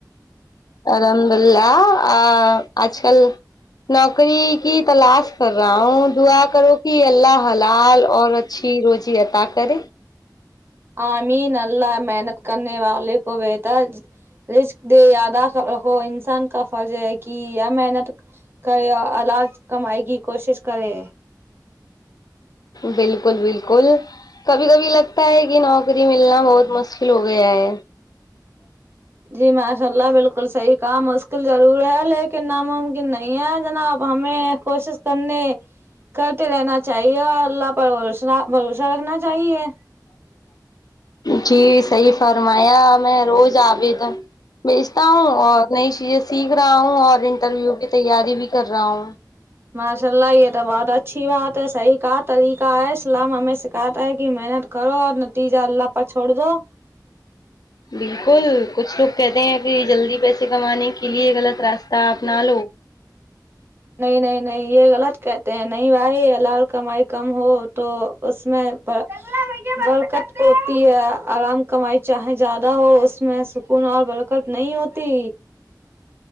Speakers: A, on the left (about 60°); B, on the right (about 35°).
A: الحمد اللہ آ آ آج کل نوکری کی تلاش کر رہا ہوں دعا کرو کہ اللہ حلال اور اچھی روزی عطا کرے
B: آمین اللہ محنت کرنے والے کو بہتر رزق دے آدھاساو ہو انسان کا فرض ہے کہ آ محنت کرے اور علاج کمائی کی کوشش کرے
A: بالکل بالکل کبھی کبھی لگتا ہے کہ نوکری ملنا بہت مشکل ہو گیا ہے
B: جی ماشاء اللہ بالکل صحیح کہا مشکل ضرور ہے لیکن ناممکن نہیں ہے جناب ہمیں کوشش کرنے کرتے رہنا چاہیے اور اللہ پر بھروسہ بھروسہ رکھنا چاہیے
A: جی صحیح فرمایا میں روز آگںی تو بیچتا ہوں اور نئی چیزیں سیکھ رہا ہوں اور انٹرویو کی تیاری بھی کر رہا ہوں
B: ماشاء اللہ یہ تو بہت اچھی بات ہے صحیح کہا طریقہ ہے اسلام ہمیں سکھاتا ہے کہ محنت کرو اور نتیجہ اللہ پر چھوڑ دو
A: بالکل کچھ لوگ کہتے ہیں کہ جلدی پیسے کمانے کے لیے غلط راستہ اپنا لو
B: نہیں نہیں نہیں یہ غلط کہتے ہیں نہیں بھائی حلال کمائی کم ہو تو اس میں بر برکت کو ہوتی ہے حرام کمائی چاہے زیادہ ہو اس میں سکون اور برکت نہیں ہوتی